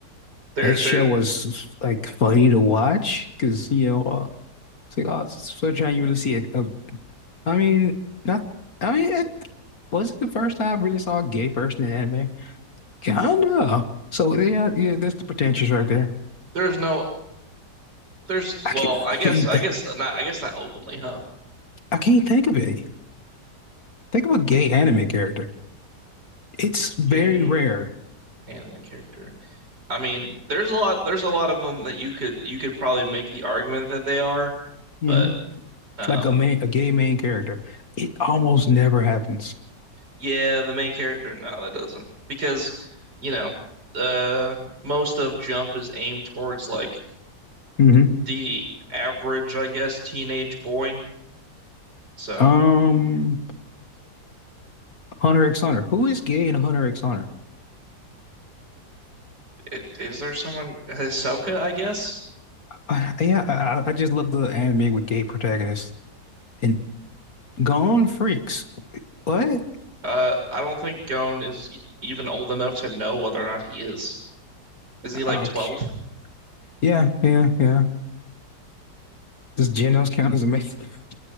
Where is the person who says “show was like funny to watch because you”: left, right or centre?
Left